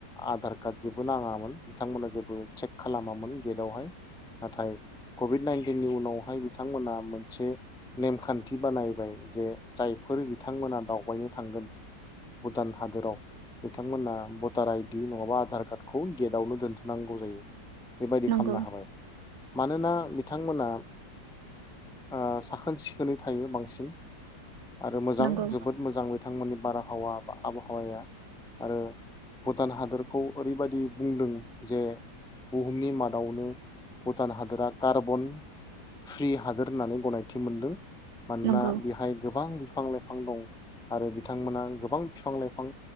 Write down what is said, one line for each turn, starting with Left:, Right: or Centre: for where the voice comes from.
Centre: आधार कार्ड जेबो नाङामोन बिथांमोना जेबो चेक खालामामोन गेटआवहाय नाथाय कभिड नाइनटिननि उनावहाय बिथांमोना मोनसे नेमखान्थि बानायबाय जे जायफोर बिथांमोना दावबायनो थांगोन भुटान हादोराव बिथांमोना भटार आइडि नङाबा आधार कार्डखौ गेटावनो दोनथनांगौ जायो बेबायदि
Right: नंगौ
Centre: खालामनो हाबाय मानोना बिथांमोना ओ साखोन सिखोनै थायो बांसिन आरो मोजां
Right: नंगौ
Centre: जोबोद मोजां बिथांमोननि बारहावा आबहावाया आरो भुटान हादरखौ ओरैबादि बुंदों जे बुहुमनि माद आवनो भुटान हादोरा कार्बन फ्रि हादोर होननानै गनायथि मोनदों मानोना
Right: नंगौ
Centre: बेहाय गोबां बिफां लाइफां बिफां दं आरो बिथांमोना गोबां बिफां लाइफां